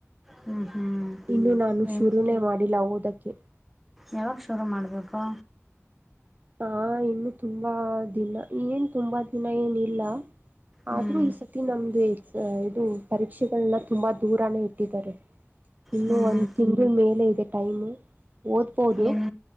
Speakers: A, in the centre; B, on the right.
A: ಹ್ಮ್ ಹ್ಮ್
B: ಇನ್ನು ನಾನು
A: ಏನ್
B: ಶುರುನೇ ಮಾಡಿಲ್ಲ ಓದ ತ್ತಕ್ಕೆ
A: ಯಾವಾಗ ಶುರು ಮಾಡ್ಬೇಕು
B: ಹಾ ಇನ್ನು ತುಂಬ ತು಼ಂಬ ದಿನ ಏನ್ ತುಂಬಾ ದಿನ ಏನಿಲ್ಲ
A: ಹ್ಮ್
B: ಆದ್ರೂ ಈ ಸತಿ ನಮ್ದು ಇದು ಪರೀಕ್ಷೆಗಳೆಲ್ಲ ತುಂಬಾ ದೂರಾನೇ ಇ ಇದ್ದರೆ ಇನ್ನು
A: ಹ್ಮ್
B: ಒಂದ್ ತಿಂಗಳು ಮೇಲೆ ಇದೆ ಟೈಮ ಓದ್ಬೋದು
A: ಏನ್